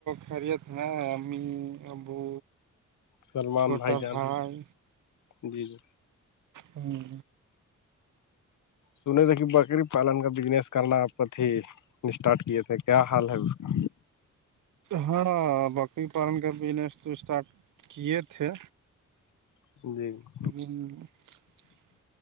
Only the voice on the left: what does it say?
سلمان
جان
جی جی
سنے تھا کہ بکری پالن کا بزنس کرنات ہی اسٹارٹ کیے تھے کیا حال ہے اس کا
جی